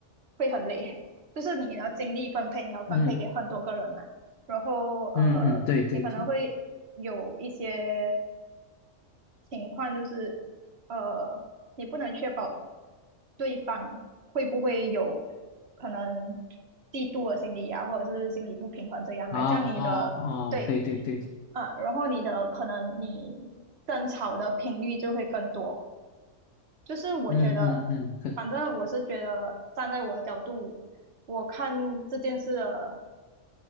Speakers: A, on the right; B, on the left.
A: 会很累，就是你的精力分配，你要分配给很多个人嘛，
B: 嗯
A: 然后呃，
B: 嗯嗯，对对对，
A: 你可能会有一些。情况就是，呃，你不能确保对方会不会有可能嫉妒的心理啊，或者是心理不平衡这样啊，
B: 啊哦哦，
A: 这样你的对，
B: 对对对，
A: 啊，然后你的可能你争吵的频率就会更多。就是我觉得，
B: 嗯嗯嗯，
A: 反正我是觉得站在我的角度，我看这件事的